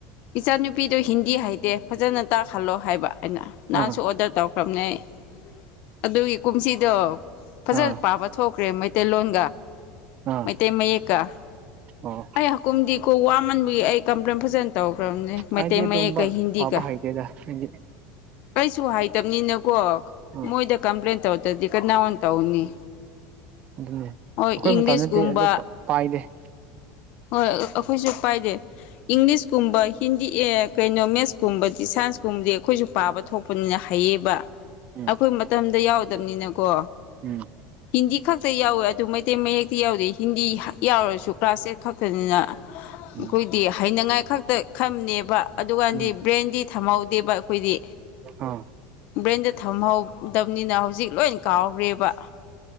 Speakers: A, on the left; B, on the right.
A: ꯏꯆꯥꯅꯨꯄꯤꯗꯨꯣ ꯍꯤꯟꯗꯤ ꯍꯥꯏꯇꯦ ꯐꯖꯅ ꯇꯥꯛ ꯈꯜꯂꯣ ꯍꯥꯏꯕ ꯑꯩꯅ ꯅꯍꯥꯟꯁꯨ
B: ꯑꯥ ꯑꯥ
A: ꯑꯣꯔꯗꯔ ꯇꯧꯔꯛ ꯈꯝꯅꯩ ꯑꯗꯨꯒꯤ ꯀꯨꯝꯁꯤꯗꯣ ꯐꯖꯅ
B: ꯑꯥ
A: ꯄꯥꯕ ꯊꯣꯛ ꯍꯧꯈ꯭ꯔꯦ ꯃꯩꯇꯩꯂꯣꯟ
B: ꯑꯥ
A: ꯃꯩꯇꯩ ꯃꯌꯦꯛꯀ
B: ꯑꯣ
A: ꯑꯩ ꯍꯀꯨꯝꯗꯤ ꯀ ꯋꯥꯃꯟꯕꯒꯤ ꯑꯩ ꯀꯝꯄ꯭ꯂꯦꯟ ꯐꯖꯅ ꯇꯧꯒꯦ ꯝ ꯃꯩꯇꯩ
B: ꯑꯩꯗꯤ ꯑꯗꯨꯒꯨꯝꯕ
A: ꯃꯌꯦꯛ ꯀ ꯍꯤꯟꯗꯤ
B: ꯄꯥꯕ
A: ꯀ
B: ꯍꯩꯇꯦꯗ ꯑꯩꯗꯤ
A: ꯀꯩꯁꯨ ꯍꯥꯏꯇꯕꯅꯤꯅꯀꯣ
B: ꯑꯥ
A: ꯃꯣꯏꯗ ꯀꯝꯄ꯭ꯂꯦꯟ ꯇꯧꯔꯗ꯭ꯔꯗꯤ ꯀꯅꯥ ꯑꯣꯟ ꯇꯧꯅꯤ
B: ꯑꯗꯨꯅꯦ
A: ꯍꯣꯏ
B: ꯑꯩꯈꯣꯏ
A: ꯏꯪꯂꯤꯁꯀꯨꯝꯕ
B: ꯃꯇꯝꯗꯗꯤ ꯑꯗꯨ ꯄꯥꯏꯗꯦ
A: ꯍꯣꯏ ꯑꯩꯈꯣꯏꯁꯨ ꯄꯥꯏꯗꯦ ꯏꯪꯂꯤꯁꯀꯨꯝꯕ ꯍꯤꯟꯗꯤ ꯑꯦ ꯀꯩꯅꯣ ꯃꯦꯠꯁ ꯀꯨꯝꯕꯗꯤ ꯁꯥꯏꯟꯁꯀꯨꯝꯕꯗꯤ ꯑꯩꯈꯣꯏꯁꯨ ꯄꯥꯕ ꯊꯣꯛꯄꯅꯤꯅ ꯍꯌꯦꯕ
B: ꯎꯝ
A: ꯑꯩꯈꯣꯏ ꯃꯇꯝꯗ ꯌꯥꯎꯗꯕꯅꯤꯅꯀꯣ
B: ꯎꯝ
A: ꯍꯤꯟꯗꯤ ꯈꯛꯇ ꯌꯥꯎꯋꯦ ꯑꯗꯨ ꯃꯩꯇꯩ ꯃꯌꯦꯦꯛꯇꯤ ꯌꯥꯎꯗꯦ ꯍꯤꯟꯗꯤ ꯌꯥꯎꯔꯁꯨ ꯀ꯭ꯂꯥꯁ ꯑꯦꯠ ꯈꯛꯇꯅꯤꯅ ꯑꯩꯈꯣꯏꯗꯤ
B: ꯎꯝ
A: ꯍꯩꯅꯉꯥꯏ ꯈꯛꯇ ꯈꯝꯅꯦꯕ ꯑꯗꯨꯀꯥꯟꯗꯤ
B: ꯎꯝ
A: ꯕ꯭ꯔꯦꯟꯗꯤ ꯊꯝꯍꯧꯗꯦꯕ ꯑꯩꯈꯣꯏꯗꯤ
B: ꯑꯥ
A: ꯕ꯭ꯔꯦꯟꯗ ꯊꯝꯍꯧꯗꯕꯅꯤꯅ ꯍꯧꯖꯤꯛ ꯂꯣꯏ ꯀꯥꯎꯔꯦꯕ